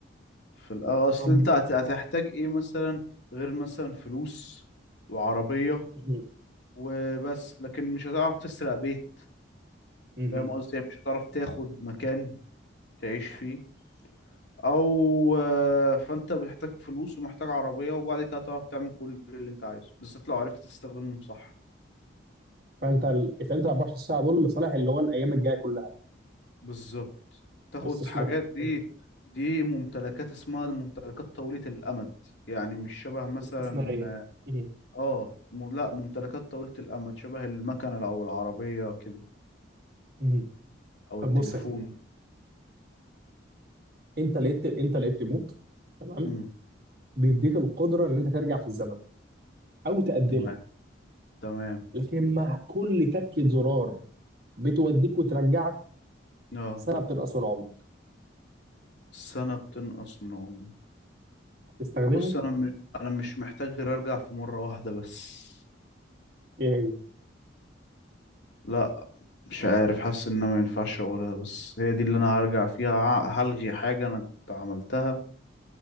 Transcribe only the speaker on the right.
طب
مهم.
مهم.
فانت ال... فانت 24 ساعه دول لصالح اللي هو الايام الجايه كلها
استثمار
تمام.
استثماريه مهم.
مهم.
طب
بص يا سيدي انت لقيت انت لقيت ريموت تمام
بيديك القدره ان انت ترجع في الزمن او تقدمه
لكن مع كل تكه زرار بتوديك وترجعك
سنه بتنقص من عمرك
هتستخدمه
ايه